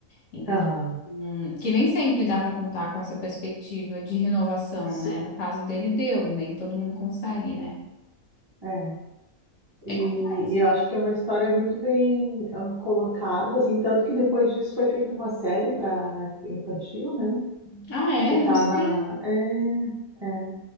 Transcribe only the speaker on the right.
Aham,
sim,
é. E,
e eu
acho que é uma história muito bem ah, colocada, assim, tanto que depois disso foi feita uma série para infantil, né?
Que tá
na. É, é.